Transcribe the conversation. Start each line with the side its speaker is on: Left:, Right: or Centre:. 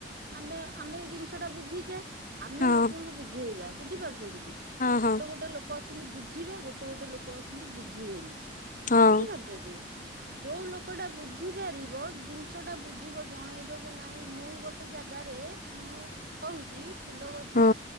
Right: ଆମେ ଆମେ ଏଇ ଜିନିଷଟା ବୁଝିଚେ ଆମେ
Left: ହଁ
Right: ଲୋକଙ୍କୁ ବୁଝେଇବା ବୁଝିପାରୁଚନ୍ତି କି
Left: ହଁ ହଁ
Right: ଗୋଟେ ଗୋଟେ ଲୋକ ଅଛନ୍ତି ବୁଝିବେ ଗୋଟେ ଗୋଟେ ଲୋକ ଅଛନ୍ତି ବୁଝିବେନି।
Left: ହଁ
Right: ବୁଝିପାରୁଚ କି ଯୋଉ ଲୋକଟା ବୁଝିପାରିବ ଜିନିଷଟା ବୁଝିବ ଜଣେଇବ ଯେ ନାଇଁ ମୁଁ ଗୋଟେ ଜାଗାରେ ମୁଁ କହୁଚି ଫୁଲ ଗଛ
Left: ହଁ